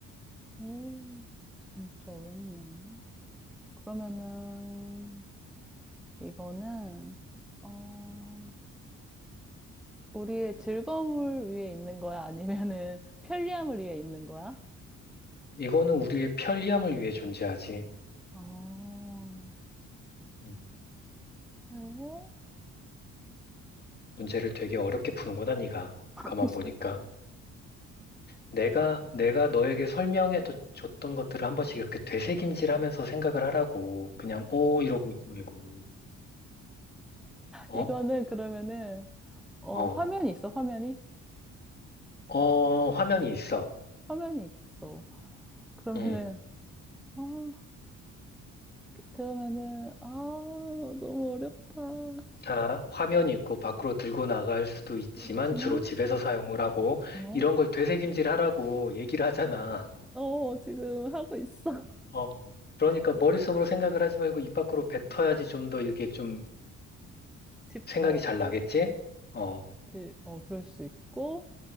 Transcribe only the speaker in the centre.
오, 진짜 어렵네. 그러면은 이거는 어, 우리의 즐거움을 위해 있는 거야? 아니면은 <laughs> 편리함을 위해 있는 거야?
어,
에?
<laughs>
이거는 그러면은 어,
화면이 있어, 화면이?
화면이 있어. 그러면은
아, 그러면은, 아, 너무 어렵다.
있지만,
어,
어, 지금 하고 있어. <laughs>
집,
어,
지, 어, 그럴 수 있고,